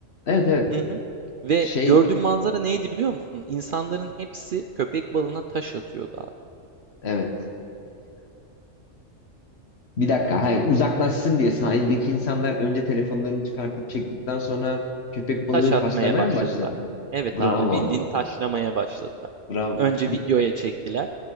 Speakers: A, on the left; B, on the right.
A: Evet evet.
B: Hı hı. Ve
A: Şey
B: gördüğüm manzara neydi biliyor musun? İnsanların hepsi köpek balığına taş atıyordu abi.
A: evet. Bir dakika. Hayır, uzaklaşsın diye sahildeki insanlar önce telefonlarını çıkartıp çektikten sonra köpek balığını
B: Taş atmaya
A: taşlamaya
B: başladılar.
A: mı başladı?
B: Evet
A: Bravo
B: abi, bildiğin
A: abi.
B: taşlamaya başladılar.
A: Bravo.
B: Önce
A: Bu
B: videoya çektiler,